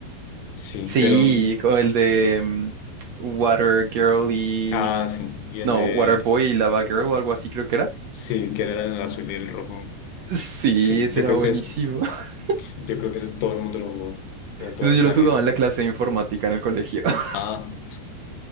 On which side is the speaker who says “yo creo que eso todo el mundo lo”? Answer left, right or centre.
Left